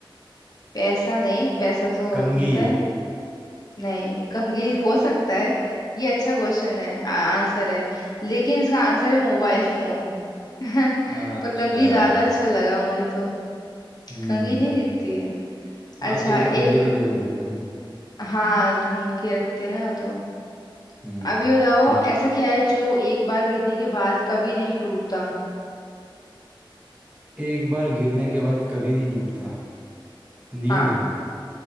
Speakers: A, on the left; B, on the right.
A: पैसा नहीं पैसा तो
B: कंघी
A: दिखता है नहीं कंघी हो सकता है ये अच्छा क्वेश्चन है आंसर है लेकिन इसका आंसर है मोबाइल फोन <laughs>
B: अच्छा
A: पर कंघी ज्यादा अच्छा लगा मुझे तो
B: हम्म
A: कंघी नहीं दिखती है
B: हाँ
A: अच्छा
B: कई लोग कंघी
A: एक
B: भी लेके घूमते हैं ना
A: हाँ घूम के रखते हैं ना वो तो
B: हम्म
A: अब ये बताओ
B: पूछ
A: ऐसा क्या है जो एक बार गिरने के बाद कभी नहीं टूटता
B: एक बार गिरने के बाद कभी नहीं टूटता नींद
A: हाँ